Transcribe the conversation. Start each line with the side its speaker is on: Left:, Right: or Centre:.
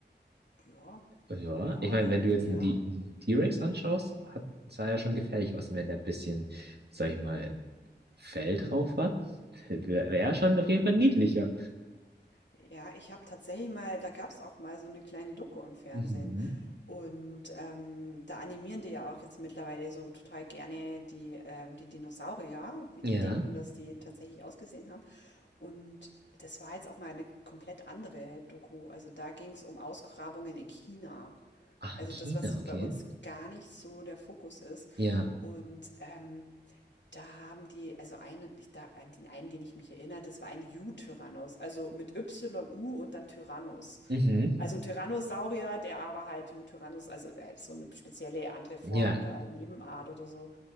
Left: Ja,
Right: ja.
Left: ja,
Right: Ich meine,
Left: irgendwie,
Right: wenn du jetzt einen
Left: ja.
Right: D- einen T-Rex anschaust, hat, sah er schon gefährlich aus. Und wenn der ein bisschen, sag ich mal, Fell drauf hat, <laughs> wäre er schon auf jeden Fall niedlicher.
Left: Ja, ich habe tatsächlich mal da gab's auch mal so eine kleine Doku im Fernsehen.
Right: Mhm.
Left: Und, ähm, da animieren die ja auch jetzt mittlerweile so total gerne die, ähm die Dinosaurier, wie
Right: Ja.
Left: die denken, dass die tatsächlich ausgesehen haben. Und das war jetzt auch mal eine komplett andere Doku. Also, da ging's um Ausgrabungen in China.
Right: Ach,
Left: Also
Right: in China,
Left: das, was bei
Right: okay.
Left: uns gar nicht so der Fokus ist.
Right: Ja.
Left: Und ähm, da haben die, also einen, ich, da, an den einen, den ich mich erinnere, das war ein U-Tyrannos, also mit Y-U und dann Tyrannos.
Right: Mhm.
Left: Also ein Tyrannosaurier, der aber halt U-Tyrannos, also äh, so eine spezielle andere Form
Right: Ja.
Left: oder Nebenart oder so